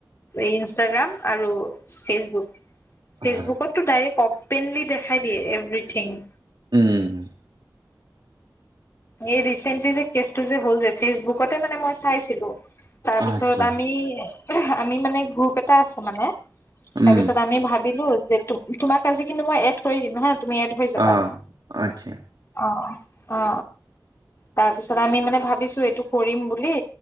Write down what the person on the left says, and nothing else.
ইনষ্টাগ্ৰাম আৰু ফেচবুক। ফেচবুকতো
ডাইৰেক্ট অপেনলি দেখাই দিয়ে, এভৰিথিং।
এই ৰিচেন্টলি যে কেচটো যে হ'ল যে, ফেচবুকতে মানে মই চাইছিলো। তাৰপিছত
আমি- আমি মানে গ্ৰুপ এটা আছে মানে। তাৰপিছত
আমি ভাবিলো, যে তোমাক আজি কিন্তু মই এড কৰি দিম হা। তুমি এড এড হৈ যাবা।
অ- অ। তাৰপিছত আমি মানে ভাবিছো, এইটো কৰিম বুলি।